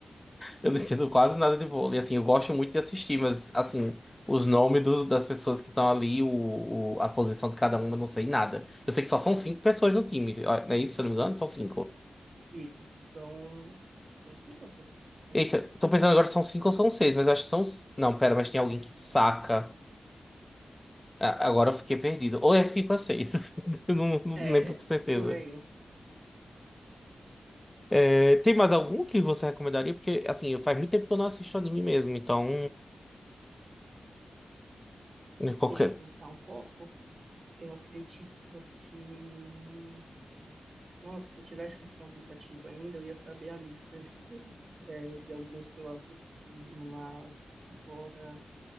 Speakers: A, on the left (about 15°); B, on the right (about 60°).
A: Eu não entendo quase nada de vôlei. Assim, eu gosto muito de assistir, mas assim, os nomes dos- das pessoas que estão ali, o, o- a posição de cada uma, eu não sei nada. Eu sei que só são cinco pessoas no time. ó, Não é isso, se eu não me engano? São cinco.
B: Isso são, não sei quais são, são-
A: Eita, tô pensando agora se são cinco ou são seis, mas eu acho que são. s- Não, pera, mas tem alguém que saca. A- Agora eu fiquei perdido. Ou é cinco ou é seis. <laughs> Eu não, não
B: é,
A: lembro com certeza.
B: por aí.
A: É, tem mais algum que você recomendaria? Porque, assim, faz muito tempo que eu não assisto anime mesmo, então. Qualquer.
B: Deixa eu pensar um pouco. Eu acredito que. Nossa, se eu tivesse com o aplicativo ainda, eu ia saber a lista, <laughs> eh, de alguns que eu assisti, mas agora.